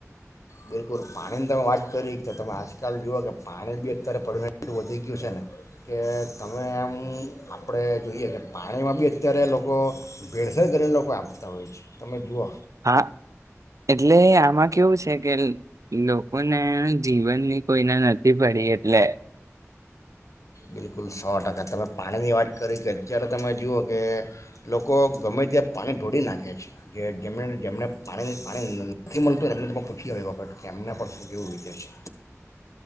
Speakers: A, on the left; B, on the right.
A: બિલકુલ પાણીની તમે વાત કરી તો તમે આજકાલ જુઓ કે પાણી બી અત્યારે પરમેન્ટ વધી ગયું છે ને કે તમે આમ આપણે જોઈએ કે પાણીમાં બી અત્યારે લોકો ભેળસળ કરીને લોકો આપતા હોય છે તમે જુઓ?
B: હા એટલે આમાં કેવું છે કે લોકોને જીવનની કોઈને નથી પડી એટલે
A: બિલકુલ સો ટકા તમે પાણીની વાત કરી કે અત્યારે તમે જુઓ કે લોકો ગમે ત્યાં પાણી ઢોળી નાખે છે જે જેમ જેમને પાણી પાણી નથી મળતું એમને ત પૂછી આવો કે એમના પર શું કેવું વીતે છે.